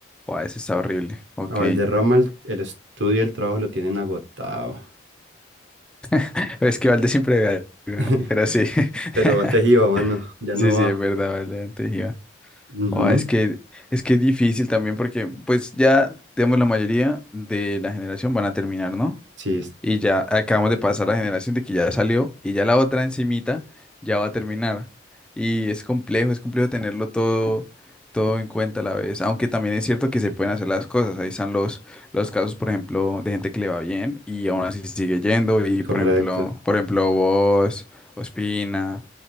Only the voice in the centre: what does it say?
Wow, esa está horrible. Ok.
<laughs> Es que Valde siempre ve
Pero sí, <laughs>
sí,
sí,
es verdad, vale, antes iba.
Oh, es que, es que es difícil también porque, pues ya, digamos, la mayoría de la generación van a terminar, ¿no?
Y ya acabamos de pasar la generación de que ya salió y ya la otra encimita ya va a terminar. Y es complejo, es complejo tenerlo todo, todo en cuenta a la vez. Aunque también es cierto que se pueden hacer las cosas. Ahí están los, los casos, por ejemplo, de gente que le va bien y aún así sigue yendo. Y por
ejemplo, por ejemplo, vos, Ospina,